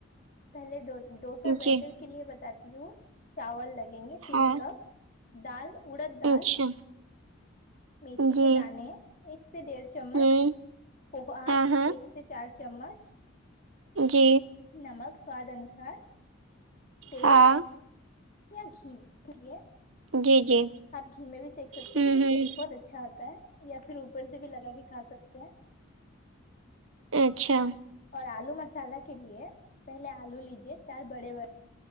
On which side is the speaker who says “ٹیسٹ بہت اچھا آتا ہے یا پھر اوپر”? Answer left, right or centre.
Left